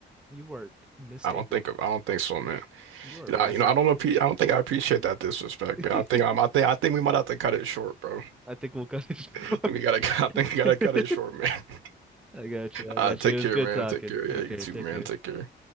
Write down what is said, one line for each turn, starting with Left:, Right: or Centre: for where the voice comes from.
Centre: You are mistaken.
Right: I don't think I don't think so, man.
Centre: You are
Right: You
Centre: vastly
Right: know, I, you know, I
Centre: mistaken.
Right: don't appre I don't think I appreciate that disrespect,
Centre: <laughs>
Right: man. I think I'm, I think I think we might have to cut it short, bro.
Centre: I think we'll cut it. short.
Right: <laughs> I think we gotta <laughs> I think we gotta
Centre: <laughs>
Right: cut it short, man. <laughs>
Centre: I got you.
Right: Uh,
Centre: I got
Right: take
Centre: you. It
Right: care,
Centre: was good
Right: man.
Centre: talking.
Right: Take care. Yeah,
Centre: Take
Right: you
Centre: care.
Right: too,
Centre: Take
Right: man.
Centre: care.
Right: Take care.